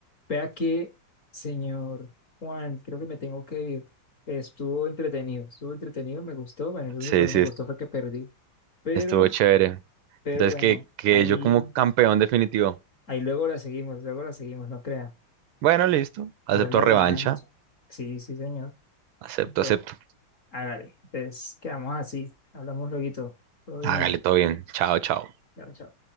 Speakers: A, on the left; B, on the right.
A: Vea que, señor Juan, creo que me tengo que ir. Estuvo entretenido, estuvo entretenido, me gustó. Bueno, lo único
B: Sí,
A: que no
B: sí,
A: me gustó
B: est-
A: fue que perdí. Pero,
B: estuvo chévere.
A: pero
B: Entonces,
A: bueno,
B: que, que
A: ahí,
B: yo como campeón definitivo.
A: ahí luego la seguimos, luego la seguimos, no crea.
B: Bueno, listo. Acepto
A: Ahora la
B: revancha.
A: revancha. Sí, sí, señor.
B: Acepto,
A: Bueno.
B: acepto.
A: Hágale. Entonces, quedamos así. Hablamos luego. Todo bien.
B: Hágale todo bien. Chao, chao.
A: Chao, chao.